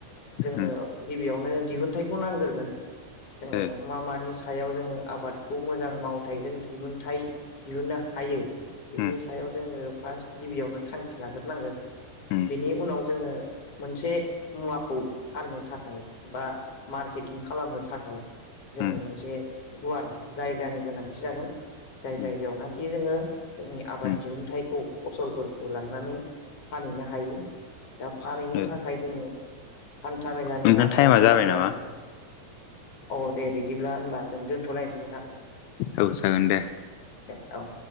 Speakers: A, on the left (about 50°); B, on the left (about 85°).
A: जोंनो
B: उम
A: गिबियावनो दिहुनथाइखौ नांग्रोगोन जोंनो
B: ओ
A: मा मानि सो सायाव जोङो आबादखौ मोजां मावथाइजों दिहुनथाइ दिहुननो हायो बिनि
B: उम
A: सायाव जोङो फार्स्ट गिबियावनो थांखि लाग्रोनांगोन
B: उम
A: बेनि उनाव जोङो मोनसे मुवाखौ फाननो थाखाय बा मार्केटिं खालामनो थाखाय जोङो
B: उम
A: मोनसे गुवार जायगानि गोनांथि जागोन जाय जायगायावनाखि
B: उम
A: जोङो जोंनि आबाद
B: उम
A: दिहुनथाइखौ फसलफोरखौ लांनानै फानहैनो हायो दा फानहैनो
B: ओ
A: थाखाय जोङो हान्था मेलानि
B: नोंथां
A: राहाया
B: टाइमा
A: मोजां
B: जाबाय नामा?
A: जालांगोन अ दे बिदिब्ला होनबा जों दोनथ'लायनोसै नोंथां
B: औ जागोन दे
A: दे औ